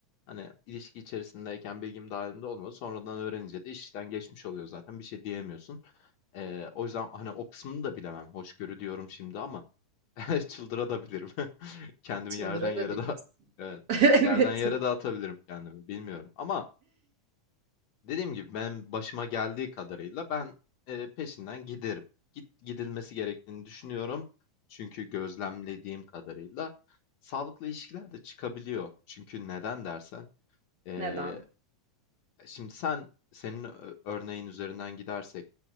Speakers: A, on the left; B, on the right.
A: hani ilişki içerisindeyken bilgim dahilinde olmadı. Sonradan öğrenince de işten geçmiş oluyor zaten bir şey diyemiyorsun. E, o yüzden hani o kısmını da bilemem. Hoşgörü diyorum şimdi ama <laughs> çıldıra da bilirim. Kendimi
B: Çıldırabilirsin.
A: yerden yere daha <laughs> Evet,
B: <laughs>
A: yerden
B: Evet.
A: yere dağıtabilirim kendimi, bilmiyorum. Ama dediğim gibi ben başıma geldiği kadarıyla ben, eee, peşinden giderim. Git gidilmesi gerektiğini düşünüyorum. Çünkü gözlemlediğim kadarıyla sağlıklı ilişkiler de çıkabiliyor. Çünkü neden dersen, eee,
B: Neden?
A: şimdi sen senin ö örneğin üzerinden gidersek